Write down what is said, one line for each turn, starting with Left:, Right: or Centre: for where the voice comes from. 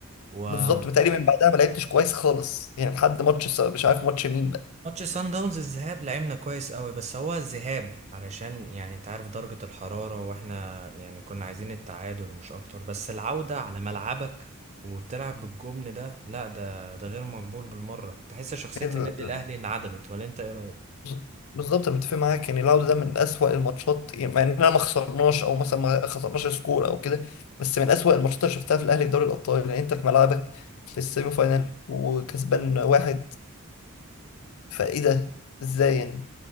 Right: وماتش
Left: بالظبط متهيألي من بعدها ما لعبتش كويس خالص يعني لحد ماتش الس- مش عارف ماتش مين بقى
Right: سان داونز الذهاب لعبنا كويس قوي بس هو الذهاب علشان يعني انت عارف درجة الحرارة واحنا يعني كنا عايزين التعادل مش اكتر بس العودة على ملعبك وبتلعب بالجبن ده لا ده ده غير مقبول بالمرة تحس شخصية
Left: مثلا
Right: النادي الاهلي انعدمت ولا انت ايه رأيك
Left: بز- بالظبط انا متفق معاك يعني العوده ده من اسوأ الماتشات يعني مع اننا ما خسرناش او مثلا ما خسرناش سكور او كده بس من اسوأ الماتشات اللي شفتها في الاهلي في دوري الابطال يعني انت في ملعبك في السيمي فاينال وكسبان واحد فايه ده ازاي يعني